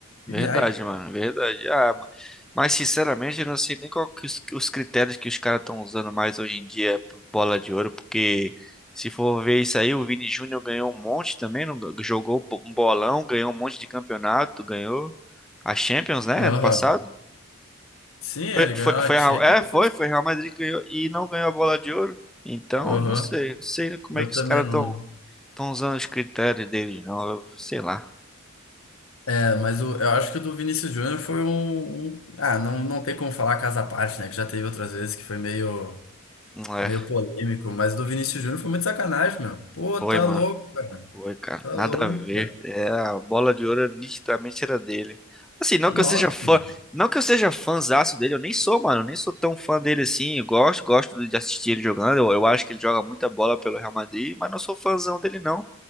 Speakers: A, in the centre; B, on the left.
A: Verdade,
B: que viagem.
A: mano, verdade. Ah, ma- mas sinceramente, eu não sei nem qual que os, os critérios que os caras estão usando mais hoje em dia pro bola de ouro, porque se for ver isso aí, o Vini Júnior ganhou um monte também, não, jogou bo- um bolão, ganhou um monte de campeonato, ganhou a Champions, né,
B: Aham.
A: ano passado.
B: Sim, ele
A: Foi, foi,
B: ganhou
A: foi,
B: A Champions.
A: a Real- é, foi, foi Real Madrid que ganhou e não ganhou a bola de ouro. Então,
B: Aham.
A: não sei, não sei como
B: Eu
A: é que
B: também
A: os caras estão
B: não.
A: estão usando os critérios deles, não, eu, sei lá.
B: É, mas o- eu acho que o do Vinícius Júnior foi um, um- Ah, não, não tem como falar caso à parte, né? Que já teve outras vezes que foi meio,
A: Não é,
B: meio polêmico. Mas o do Vinícius Júnior foi muito sacanagem, meu. Pô,
A: foi,
B: tá
A: mano.
B: louco, cara.
A: Foi, cara.
B: Tá
A: Nada
B: louco,
A: a ver.
B: cara.
A: É, a bola de ouro nitidamente era dele. Assim, não
B: Nossa,
A: que eu seja fã,
B: mano.
A: não que eu seja fãzaço dele, eu nem sou, mano, eu nem sou tão fã dele assim. Eu gosto, gosto de assistir ele jogando. Eu, eu acho que ele joga muita bola pelo Real Madrid, mas não sou fãzão dele não.